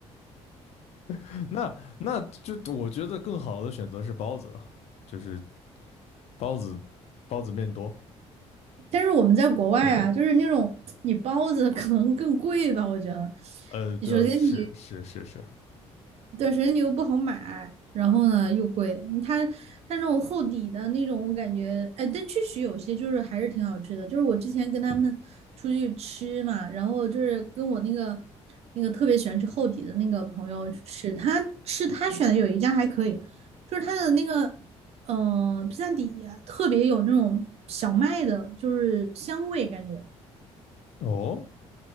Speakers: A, on the left (about 65°); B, on the right (about 65°).
A: <laughs> 那那就我觉得更好的选择是包子，就是包子包子面多。
B: 但是我们在国外啊，就是那种你包子可能更贵吧，我觉得。
A: 呃，对，
B: 首先你
A: 是是是是
B: 对，神牛又不好买，然后呢又贵。它它那种厚底的那种，我感觉，哎，但确实有些就是还是挺好吃的。就是我之前跟他们出去吃嘛，然后就是跟我那个那个特别喜欢吃厚底的那个朋友去吃，他吃他选的有一家还可以，就是他的那个呃披萨底啊特别有那种小麦的，就是香味感觉。
A: 哦，